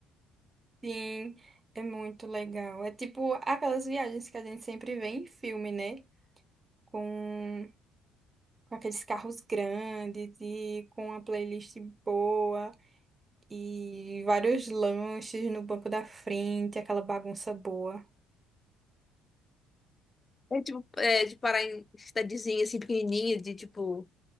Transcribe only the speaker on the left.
É tipo, é, de parar em cidadezinha assim, pequenininha, de tipo.